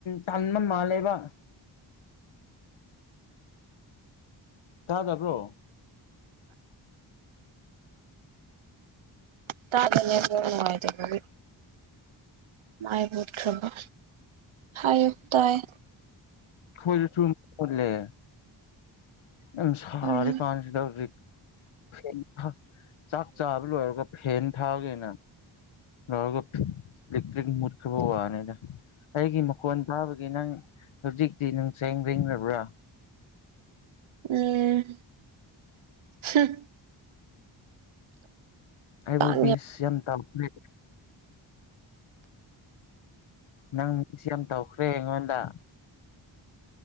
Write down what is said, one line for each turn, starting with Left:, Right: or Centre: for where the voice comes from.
Left: ꯇꯟꯕ ꯃꯥꯜꯂꯦꯕ꯫ ꯇꯥꯗꯕ꯭ꯔꯣ꯫
Right: ꯇꯥꯗꯦ ꯅꯨꯡꯉꯥꯏꯇꯕꯒꯤ꯫ ꯃꯥꯏ ꯃꯨꯠꯈ꯭ꯔꯕ ꯍꯥꯏꯌꯨ ꯇꯥꯌꯦ꯫
Left: ꯈꯣꯏꯁꯨ ꯊꯨꯝ ꯃꯨꯠꯂꯦ꯫ ꯌꯥꯝ ꯁꯥꯔꯤꯀꯥꯟꯁꯤꯗ
Right: ꯎꯝ
Left: ꯍꯧꯖꯤꯛ ꯐꯦꯟ ꯆꯥꯛ ꯆꯥꯕ ꯂꯣꯏꯔꯒ ꯐꯦꯟ ꯊꯥꯒꯦꯅ ꯇꯧꯔꯒ ꯏꯂꯤꯛꯇꯔꯤꯛ ꯃꯨꯠꯈ꯭ꯔꯕ ꯋꯥꯅꯤꯗ꯫ ꯑꯩꯒꯤ ꯃꯈꯣꯟ ꯇꯥꯕꯒꯤ ꯅꯪ ꯍꯧꯖꯤꯛꯇꯤ ꯅꯪ ꯆꯦꯡ ꯂꯦꯡꯗꯕ꯭ꯔꯥ꯫
Right: <unintelligible>
Left: ꯑꯩꯕꯨ
Right: ꯀꯥꯡ
Left: ꯕꯤꯁ ꯌꯥꯝ ꯇꯥꯎꯈ꯭ꯔꯦ꯫ ꯅꯪ ꯃꯤꯁ ꯌꯥꯝ ꯇꯧꯈ꯭ꯔꯦ ꯑꯩꯉꯣꯟꯗꯥ꯫